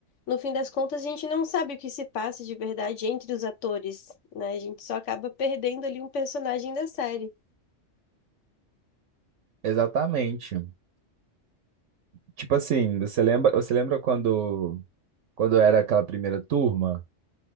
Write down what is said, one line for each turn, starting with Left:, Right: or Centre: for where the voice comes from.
Left: No fim das contas, a gente não sabe o que se passa de verdade entre os atores, né? A gente só acaba perdendo ali um personagem da série.
Right: Exatamente. Tipo assim, você lembra, você lembra quando, quando era aquela primeira turma